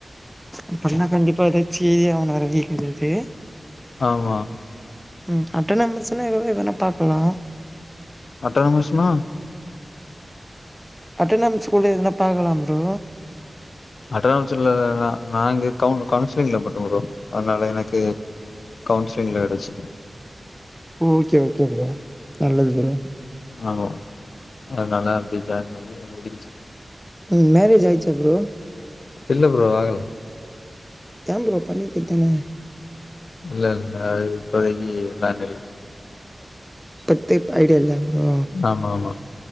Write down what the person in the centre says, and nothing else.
அப்படின்னா கண்டிப்பா எதாச்சி அவன வர <unintelligible>
ம் அட்டனமஸுனா <unintelligible> எதுவேனா பாக்கலா
அட்டனாம்ஸ் ஸ்கூலு எதன பாக்கலாம் ப்ரோ
ஓகே ஓகே ப்ரோ நல்லது பரோ
ம் மேரேஜ் ஆய்ச்சா ப்ரோ
ஏ ப்ரோ பண்ணிக்குத்தான
பத்தே இப் ஐடியா இல்ல ப்ரோ